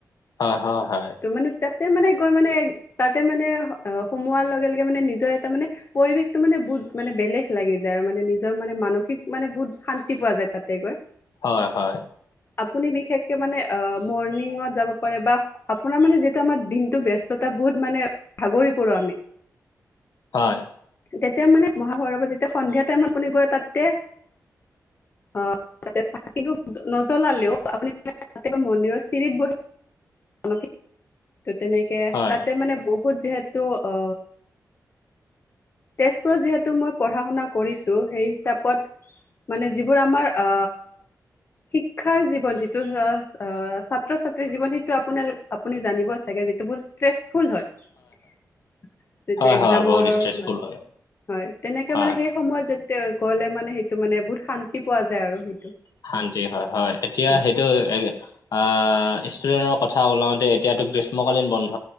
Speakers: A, on the left; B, on the left.
A: হয় হ হয়
B: টো মানে তাতে মানে গৈ মানে তাতে মানে হ সোমোৱাৰ লগে লগে মানে নিজৰ এটা মানে পৰিৱেশটো মানে বহুত মানে বেলেগ লাগি যায় আৰু মানে নিজৰ মানে মানসিক মানে বহুত শান্তি পোৱা যায় তাতে গৈ
A: হয় হয়
B: আপুনি বিশেষ কে মানে অ মৰ্ণিঙত যাব পাৰে বা আপোনাৰ মানে যিহেতু আমাৰ দিনতোৰ ব্যস্ততা বহুত মানে ভাগৰি পৰো আমি
A: হয়
B: তেতিয়া মানে মহাভৈৰৱ পৰা যেতিয়া সন্ধিয়া টাইমত আপুনি গৈ তাতে অ তাতে চাকিটো নজ্বলালেও আপুনি তাতে মন্দিৰৰ চিৰিত বহি মানসিক ত তেনেকে
A: হয়
B: তাতে মানে বহুত যিহেতু অ তেজপুৰত যিহেতু মই পঢ়া শুনা কৰিছো সেই হিচাপত মানে যিবোৰ আমাৰ আ শিক্ষাৰ জীৱন যিটো ধৰ আ ছাত্ৰ ছাত্ৰীৰ জীৱন সেই সেইটো আপোনালোক আপুনি জানিব চাগে যিটো ষ্ট্ৰেচফুল হয় যিটো
A: হয়
B: একজামৰ
A: হয় বহুত ষ্ট্ৰেছফুল
B: মাজত
A: হয়
B: হয় তেনেকে
A: হয়
B: মানে সেই সময়ত যাতে গ'লে মানে সেইটো মানে বহুত শান্তি পোৱা যায় আৰু সেইটো
A: শান্তি হয় হয় এতিয়া
B: হয়
A: সেইটো এ আহ ষ্টুডেণ্টৰ কথা ওলাওতে এতিয়াতো গ্ৰীষ্মকালীন বন্ধ,